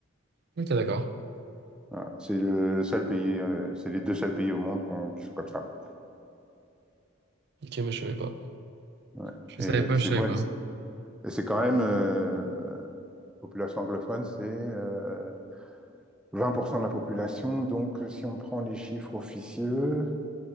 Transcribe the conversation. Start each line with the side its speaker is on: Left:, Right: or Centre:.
Right: ok, d'accord.
Centre: Voilà. C'est le seul pays, euh, c'est les deux seuls pays au monde qu'on- qui sont comme ça.
Right: Ok, mais je savais pas.
Centre: Ouais.
Right: je
Centre: Et
Right: savais pas,
Centre: c'est
Right: je savais
Centre: bon.
Right: pas.
Centre: Et c'est quand même, euh, population anglophone, c'est euh, 20% de la population. Donc, si on prend les chiffres officieux,